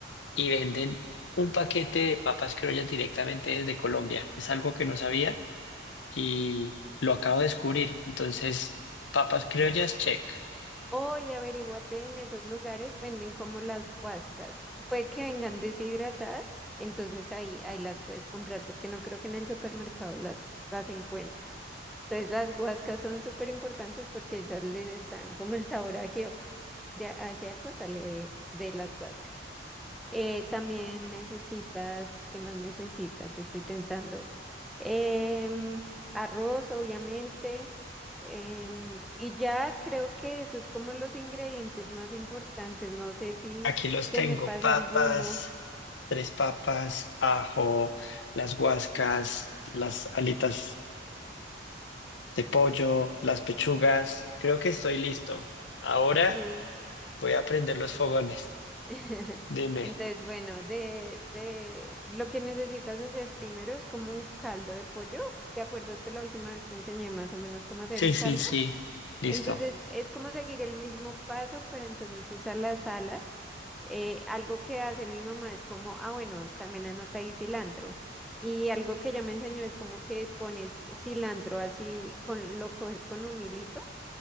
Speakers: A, on the left (about 75°); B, in the centre.
A: y venden un paquete de papas criollas directamente desde Colombia. Es algo que no sabía y lo acabo de descubrir. Entonces, papas criollas, check.
B: O y averíguate en esos lugares, venden como las guascas. Puede que vengan deshidratadas, entonces ahí, ahí las puedes comprar porque no creo que en el supermercado las, las encuentres. Entonces las guascas son súper importantes porque esas les dan como el sabor a ajíaco. De ajíaco sale de, de las guascas. Eh, también necesitas, ¿qué más necesitas? Estoy pensando. em, arroz, obviamente. em, y ya creo que eso es como los ingredientes más importantes. No sé si
A: Aquí los
B: se
A: tengo,
B: me pasa
A: papas,
B: alguno.
A: tres papas, ajo, las guascas, las alitas de pollo, las pechugas. Creo que estoy listo. Ahora
B: Sí.
A: voy a prender los fogones.
B: <laughs>
A: Dime.
B: Entonces, bueno, de, de lo que necesitas hacer primero es como un caldo de pollo. ¿Te acuerdas que la última vez te enseñé más o menos cómo hacer
A: Sí,
B: un caldo?
A: sí, sí. Listo.
B: Entonces es como seguir el mismo paso, pero entonces usa las alas. Eh, algo que hace mi mamá es como, ah, bueno, también anota ahí cilantro. Y algo que ella me enseñó es como que pones cilantro así, con, lo coges con un hilito,